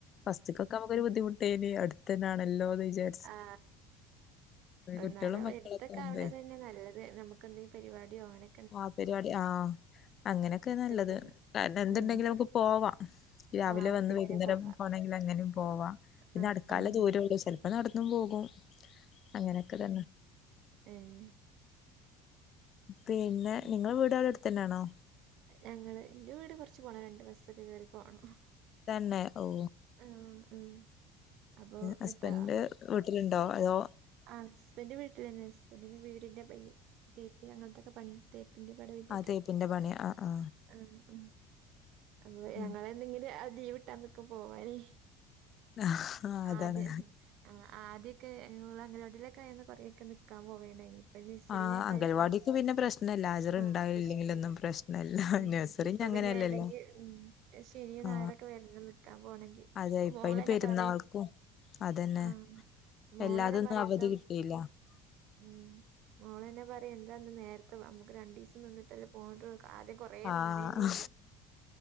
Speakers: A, on the left (about 45°); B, on the right (about 60°).
A: ഫസ്റ്റ്ക്ക് ഒക്കെ നമുക്ക് ഒരു ബുദ്ധിമുട്ടേനി. അടുത്തെന്നാണല്ലോന്ന് വിചാ
B: ആ ഇന്നാലും
A: കുട്ടികളും മക്കളൊക്കെ
B: എടുത്തൊക്കെ
A: ആവുമ്പേ
B: ആവ്ണ തന്നെ നല്ലത് നമുക്ക് എന്തെ പരിപാടിയൊ അങ്ങനെ
A: ആഹ് പരിപാടി ആഹ് അങ്ങനെയൊക്കെ നല്ലത്
B: പെട്ടെന്ന്
A: കാര്ണം എന്തുണ്ടെങ്കിലും
B: ആഹ്.
A: നമുക്ക് പോവാം. രാവിലെ
B: ആഹ് ഒറ്റക്കന്നെ
A: വന്ന് വൈകുന്നേരം
B: പോവാ.
A: പോണെങ്കിൽ അങ്ങനിം പോവാ. പിന്നെ
B: ആഹ്
A: അടുക്കാല
B: ആഹ്.
A: ദൂര ഒള്ളൂ ചെല്പ്പോ നടന്നും പോകും. അങ്ങനെയൊക്കെ തന്നെ
B: ഏഹ്
A: പിന്നെ
B: ഉം.
A: നിങ്ങളെ വീട് അവിടെ അടുത്ത് തന്നൊണോ
B: ഞങ്ങള് എന്റെ വീട് കുറച്ച് പോണം രണ്ട് ബസ്സൊക്കെ കേയറി പോണം.
A: തന്നെ ഓ
B: ഉം ഉം അപ്പൊ
A: ഹസ്ബൻഡ്
B: എത്താ
A: വീട്ടിലുണ്ടോ അതോ
B: ആ് ഹസ്ബൻഡ് വീട്ടിലിണ്ട് ഹസ്ബന്റിന്റെ വീടിന്റെ പനി തേപ്പി അങ്ങനത്തൊക്കെ പണിയ തേപ്പിന്റെ പടവിന്റെ
A: ആ
B: ഒക്കെ
A: തേപ്പിന്റെ പണി ആ ആ
B: ആഹ ആ അപ്പൊ
A: ഉം.
B: ഞങ്ങള് ഇന്ന് ഇങ്ങനെ ലീവ് കിട്ടാന്നിക്ക പോവാനേ
A: ആ അതാണ്
B: അതെ ആ ആദ്യൊക്കെ ഇവള് അംഗനവാടിലൊക്കെ ആയ കൊറേ ഒക്കെ നിക്കാൻ പോവണ്ടേനി. ഇപ്പൊ നഴ്സറിലൊക്കെ
A: ആ അംഗൽവാടിക്ക്
B: ആയപ്പോ
A: പിന്നെ പ്രശ്നല്ല ഹാജർ
B: ആഹ
A: ഉണ്ടായില്ലെങ്കിലൊന്നും
B: പ്രശ്നല്ല്യ
A: പ്രശ്നല്ല
B: ഉം
A: നഴ്സറിന്
B: ഇപ്പൊ
A: അങ്ങനെയല്ലല്ലോ
B: പിന്നെ ഏതെങ്കി ഉം ശനിയ
A: ആ
B: നായറൊക്കെ വരണം നിൽക്കാൻ പോണെങ്കിൽ
A: അതെ
B: അപ്പൊ
A: ഇപ്പ
B: മോളെന്നെ
A: അയിന് പെരുന്നാൾക്കും
B: പറയും
A: അതന്നെ
B: ആഹ മോളന്നെ
A: എല്ലാതൊന്നും
B: പറയു
A: അവധി
B: എന്താ
A: കിട്ടിയില്ല
B: ഉം മോളന്നെ പറയാ എന്താ ഇന്ന് നേരത്തെ നമുക്ക് രണ്ടു ദിവസം നിന്നിട്ടല്ലേ പോന്നിട്ടൊള്ളു കാല് കൊ കൊറെ
A: ആഹ്
B: നിന്നീനിയല്ലൊ
A: ആഹ്